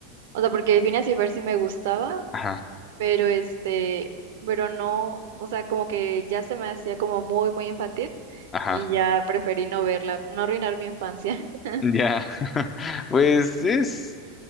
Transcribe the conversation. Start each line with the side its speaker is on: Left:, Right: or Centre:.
Right: o sea, porque Phineas y Ferb sí me gustaba,
Left: Ajá,
Right: pero este, pero no, o sea, como que ya se me hacía como muy, muy infantil
Left: ajá.
Right: y ya preferí no verla, no arruinar mi infancia. <laughs>
Left: Ya. <laughs> Pues es